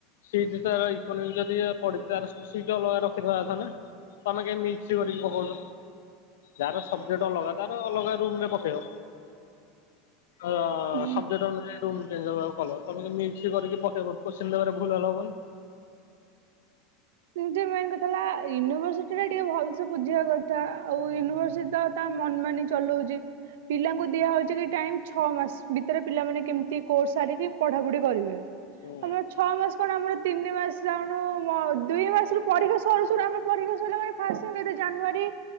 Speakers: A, on the left (about 85°); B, on the right (about 75°).
A: ସେଇ ଜିନିଷରାର ଇକୋନୋମିକ ଯଦି ଇଆ ପଡିଥିଲା ତାର ସିଟରେ ଅଲଗା ରଖି ଦବା କଥା ନା। ତମେ କାହିଁକି ମିକ୍ସ କରିକି ପକଉଛ? ଯାର ସବଜେକ୍ଟ ଅଲଗା ତାର ଅଲଗା ରୁମ ରେ ପକେଇବ। ଅ
B: ହୁଁ
A: ସବ୍ଜେକ୍ଟ୍ ଅନୁଯାଇ ହେଠୁ ଚେଞ୍ଜ ଚାଞ୍ଜ କଲ ସବୁ ଯଦି ମିକ୍ସ କରିକି ପକେଇବ। କୋଶ୍ଚିନ ଦେବାର ଭୁଲ ଭାଲ ହବନି?
B: ଯେ ମେନ୍ କଥା ହେଲା ୟୁନିଭରସିଟି ରେ ଟିକେ ଭଲସେ ବୁଝିବା କଥା ଆଉ ୟୁନିଭରସିଟ ତ ତା ମନ ମାନି ଚଲଉଚି। ପିଲାଙ୍କୁ ଦିଆ ହଉଛି କି ଟାଇମ୍ ଛଅ ମାସ ଭିତରେ ପିଲାମାନେ କେମିତି କୋର୍ସ ସାରିକି ପଢା ପଢି କରିବେ।
A: ହୁଁ
B: ଆମର ଛଅ ମାସ କଣ ଆମର ତିନି ମାସ ଯାଉଣୁ ମ ଦୁଇ ମାସରୁ ପରୀକ୍ଷା ସରୁ ସରୁ ଆମେ ପରୀକ୍ଷା ସରିଲା ମାନେ ଫାଷ୍ଟ ଟାଇମ୍ କେତେ ଜାନୁଆରୀ